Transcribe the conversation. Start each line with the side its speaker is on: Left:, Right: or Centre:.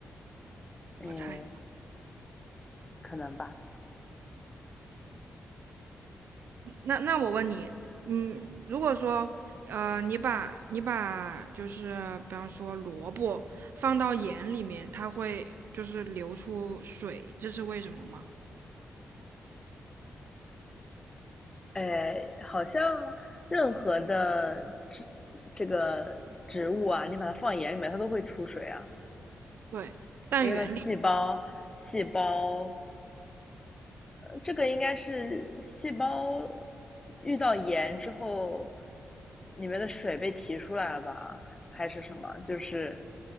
Left: 哎，
Right: 我猜。
Left: 可能吧。
Right: 那那我问你，嗯，如果说，呃，你把你把就是比方说萝卜放到盐里面，它会就是流出水，这是为什么吗？
Left: 哎，好像任何的植这个植物啊，你把它放眼里面，它都会出水啊，
Right: 对，但原理，
Left: 因为它细胞细胞这个应该是细胞遇到盐之后，里面的水被提出来了吧？还是什么？就是